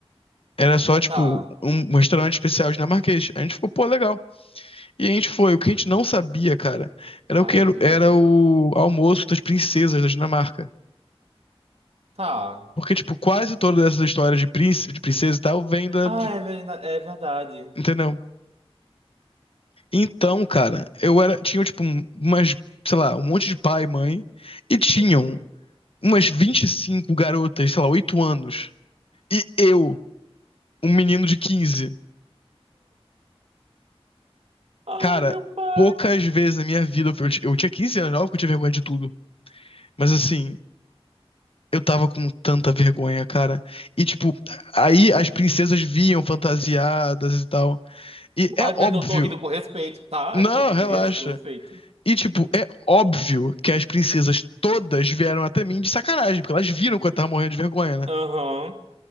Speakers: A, on the left; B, on the right.
A: Era só, tipo,
B: Tá.
A: um, um restaurante especial dinamarquês. A gente ficou, pô, legal. E a gente foi. O que a gente não sabia, cara, era
B: Ai,
A: o que era,
B: meu Deus,
A: era
B: quer ver?
A: o almoço das princesas da Dinamarca.
B: Tá.
A: Porque, tipo, quase todas essas histórias de príncipe, de princesa e tal, vem da.
B: Ah,
A: de-
B: é verdade. É verdade.
A: entendeu? Então, cara, eu era. Tinha, tipo, um- umas, sei lá, um monte de pai e mãe. E tinham
B: Uhum.
A: umas 25 garotas, sei lá, 8 anos. E eu, um menino de 15,
B: Ai,
A: Cara,
B: meu pai.
A: poucas vezes na minha vida. Eu, eu tinha 15 anos, óbvio que eu tinha vergonha de tudo. Mas assim. Eu tava com tanta vergonha, cara. E, tipo, aí as princesas vinham fantasiadas e tal. E é
B: Ai, perdão,
A: óbvio.
B: eu tô rindo com respeito, tá?
A: Não,
B: <laughs>
A: relaxa.
B: De res- Com respeito.
A: E, tipo, é óbvio que as princesas todas vieram até mim de sacanagem, porque elas viram que eu tava morrendo de vergonha, né?
B: Aham.